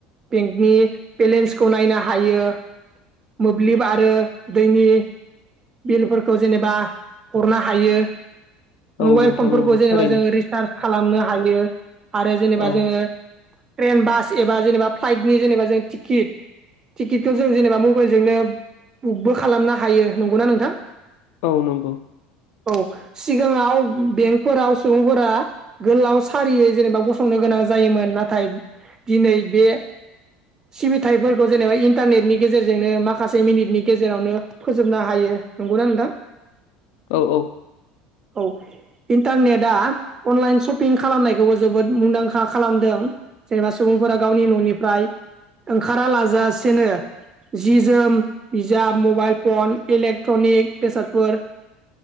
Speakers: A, on the right (about 20°); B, on the left (about 65°).
A: बेंकनि बेलेन्सखौ नायनो हायो। मोब्लिब आरो दैनि बिलफोरखौ जेनेबा हरनो हायो।
B: औ
A: मबाइल
B: नोंथां
A: फनफोरखौ
B: नंगौ
A: जेनेबा
B: थारैनो
A: जोङो रिसार्ज खालामनो हायो आरो जेनेबा
B: औ
A: जोङो ट्रेन बास एबा जेनेबा फ्लाइटनि जेनेबा जों टिकिट टिकिटखौ जों जेनेबा मबाइलजोंनो बुकबो खालामनो हायो नंगौना नोंथां।
B: औ नंगौ।
A: औ सिगाङाव बेंकफोराव सुबुंफोरा गोलाव सारियै जेनेबा गसंनो गोनां जायोमोन नाथाय दिनै बे सिबिथायफोरखौ जेनेबा इन्टारनेटनि गेजेरजोंनो माखासे मिनिटनि गेजेरावनो फोजोबनो हायो। नंगौना नोंथां?
B: औ औ।
A: औ इन्टारनेटआ अनलाइन शपिं खालामनायखौबो जोबोद मुंदांखा खालामदों। जेनेबा सुबुंफोरा गावनि ननिफ्राय ओंखारा लाजासेनो जि जोम, बिजाब, मबाइल फन, इलेक्ट्रनिक बेसादफोर